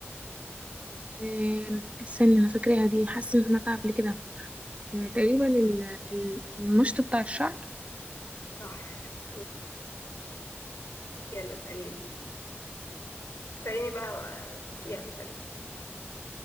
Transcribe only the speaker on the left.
صح شطور يلا اسأليني اسأليني بقى و- يلا اسأليني